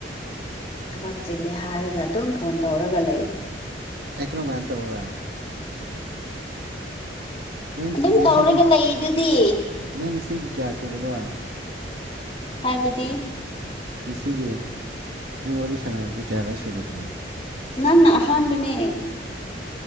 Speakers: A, on the left; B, on the right.
A: ꯊꯕꯛ ꯆꯤꯜꯂꯦ ꯍꯥꯏꯔꯒ ꯑꯗꯨꯝ ꯐꯣꯟ ꯇꯧꯔꯒ ꯂꯩ꯫
B: ꯑꯩ ꯀꯝꯀꯥꯟ ꯇꯧꯔꯕ ꯅꯪ
A: ꯑꯗꯨꯝ
B: ꯉꯁꯤꯒꯤ
A: ꯇꯧꯔꯒ ꯂꯩꯗꯨꯗꯤ꯫
B: ꯅꯪ ꯉꯁꯤꯒꯤ ꯀꯌꯥ ꯁꯨꯔꯕ꯫
A: ꯍꯥꯏꯕꯗꯤ꯫
B: ꯉꯁꯤꯒꯤ ꯅꯪ ꯋꯥꯔꯤ ꯁꯥꯟꯅꯕꯁꯦ ꯀꯌꯥꯔꯛ ꯁꯨꯔꯕ꯫
A: ꯅꯪꯅ ꯑꯍꯥꯟꯕꯅꯦ꯫